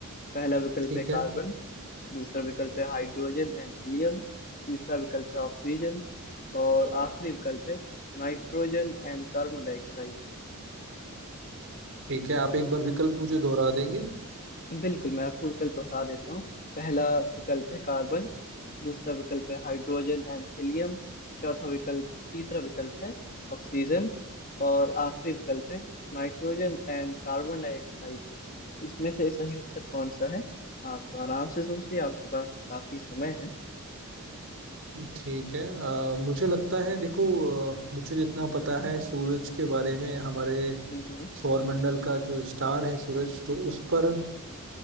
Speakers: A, on the left (about 40°); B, on the right (about 60°).
A: पहला विकल्प
B: ठीक
A: है कार्बन
B: है
A: दूसरा विकल्प है हाइड्रोजन एंड हीलियम तीसरा विकल्प है ऑक्सीजन और आखिरी विकल्प है नाइट्रोजन एंड कार्बन डाइऑक्साइड
B: ठीक है आप एक बार विकल्प मुझे दोहरा देंगे
A: बिल्कुल मैं आपको विकल्प दोहरा देता हूँ पहला विकल्प है कार्बन दूसरा विकल्प है हाइड्रोजन एंड हीलियम चौथा विकल्प तीसरा विकल्प है ऑक्सीजन और आखिरी विकल्प है नाइट्रोजन एंड कार्बन डाइऑक्साइड इसमें से सही उत्तर कौन सा है आप तो आराम से सोचिए आपके पास काफी समय है
B: ठीक है अ, मुझे लगता है देखो अ, मुझे जितना पता है सूरज के बारे में हमारे
A: हम्म हम्म,
B: सौरमंडल का जो स्टार है सूरज तो उस पर अ,